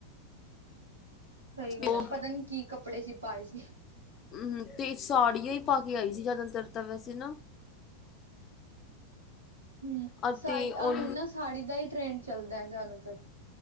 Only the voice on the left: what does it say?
ਤੇ ਉਹ
ਹਮ ਤੇ ਸਾੜੀਆਂ ਹੀ ਪਾ ਕੇ ਆਈ ਸੀ ਜ਼ਿਆਦਾਤਰ ਤਾਂ ਵੈਸੇ ਨਾ
ਅਤੇ
ਉਹ